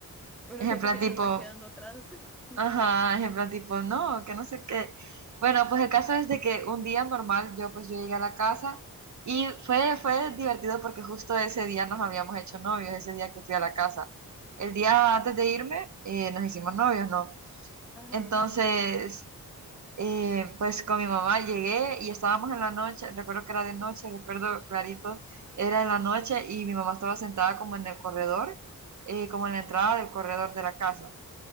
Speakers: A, in the centre; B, on the right.
A: Uno
B: Es
A: siente
B: en plan
A: que
B: tipo,
A: se está quedando atrás. <laughs>
B: ajá, es en plan tipo, no, que no sé qué. Bueno, pues el caso es de que un día normal, yo pues yo llegué a la casa y fue, fue divertido porque justo ese día nos habíamos hecho novios, ese día que fui a la casa. El día antes de irme, eh, nos hicimos novios, ¿no?
A: Ajá,
B: Entonces... Eh, pues con mi mamá llegué y estábamos en la noche, recuerdo que era de noche, recuerdo clarito, era en la noche y mi mamá estaba sentada como en el corredor, eh, como en la entrada del corredor de la casa.